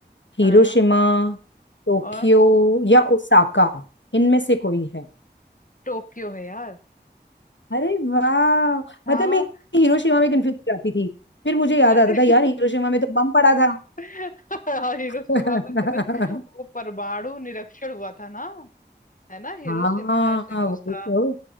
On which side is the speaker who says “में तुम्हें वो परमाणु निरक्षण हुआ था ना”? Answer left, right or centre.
Left